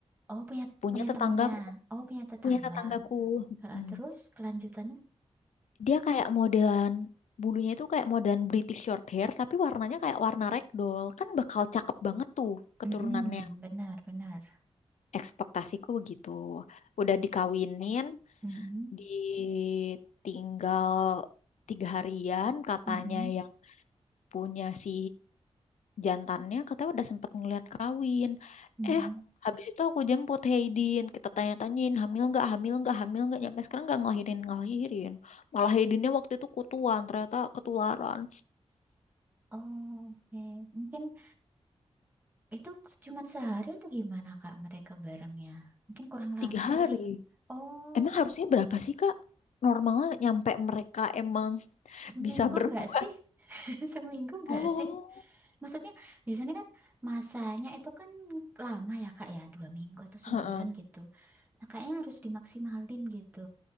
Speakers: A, on the right; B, on the left.
A: Oh, punya
B: punya
A: punya
B: tetangga
A: temennya. Oh, punya tetangga.
B: punya tetanggaku
A: Heeh,
B: mm,
A: terus kelanjutannya?
B: dia kayak modelan bulunya itu kayak modelan British short hair tapi warnanya kayak warna ragdoll kan bakal cakep banget tuh keturunannya
A: Mm-mm, benar, benar.
B: ekspektasiku begitu udah dikawinin
A: Mm-mm,
B: ditinggal tiga harian katanya
A: mm-mm,
B: yang punya si jantannya katanya udah sempet ngeliat kawin.
A: mm-mm.
B: Eh, habis itu aku jemput Haydin. Kita tanya-tanyain, hamil nggak, hamil nggak, hamil nggak. Nyampe sekarang nggak ngelahirin, ngelahirin. Malah Haydinnya waktu itu kutuan, ternyata ketularan.
A: Oke, Mungkin itu cuman sehari atau gimana Kak mereka barengnya? Mungkin kurang lama
B: Tiga hari.
A: kali. Oh,
B: Emang harusnya berapa sih, Kak? Normalnya nyampe mereka emang <laughs>
A: seminggu
B: bisa berbuat.
A: nggak sih? <laughs> Seminggu nggak
B: Oh,
A: sih? Maksudnya biasanya kan masanya itu kan lama ya Kak ya, dua minggu atau
B: heeh.
A: sebulan gitu. Nah, kayaknya harus dimaksimalin gitu.